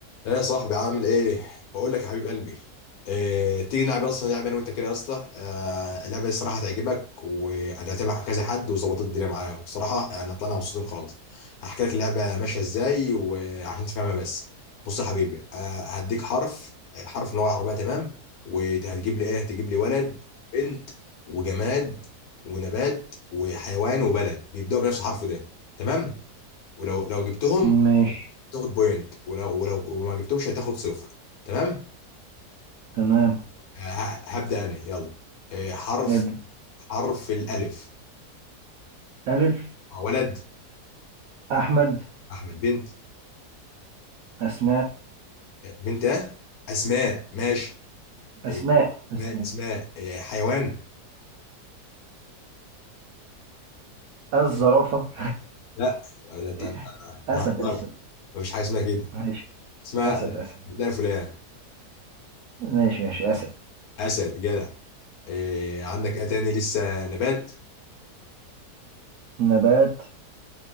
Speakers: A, on the left (about 70°); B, on the right (about 70°).
A: ايه يا صاحبي عامل ايه بقول لك يا حبيب قلبي إيه تيجي نلعب اصلا لعبه انا وانت كده يا اسطى آه، اللعبه دي الصراحه تعجبك وانا هتابع كذا حد وظبطت الدنيا معايا بصراحه يعني طلعنا مبسوطين خالص هحكي لك اللعبه ماشيه ازاي وعشان تفهمها بس بص يا حبيبي آه، هديك حرف حرف من اللغه العربيه تمام وهتجيب لي ايه هتجيب لي ولد بنت وجماد ونبات وحيوان وبلد بيبداوا بنفس الحرف ده تمام ولو لو جبتهم
B: ماشي
A: تاخد بوينت ولو ولو وما جبتهمش هتاخد صفر تمام
B: تمام
A: آه، ه- هبدأ انا يلا آه، حرف
B: ابدأ
A: حرف الالف
B: ألف
A: آه، ولد
B: أحمد
A: احمد بنت
B: أسماء
A: آه، بنت اه اسماء ماشي
B: أسماء
A: آه،
B: أسماء
A: ما اسماء آه، حيوان
B: الزرافة
A: لا ده انت
B: <laughs>
A: انت
B: أسد أسد
A: نهار مفيش حاجه اسمها كده
B: ماشي
A: اسمها
B: أسد أسد
A: ده فلان
B: ماشي ماشي أسد
A: اسد جدع آه، عندك ايه تاني لسه نبات
B: نبات